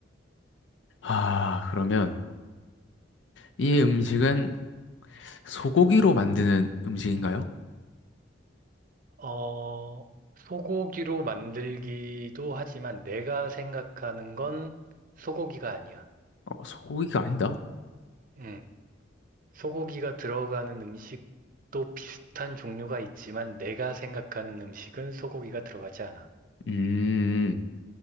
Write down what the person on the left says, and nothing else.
아, 그러면 이 음식은 소고기로 만드는 음식인가요?
어, 소고기가 아니다?
음,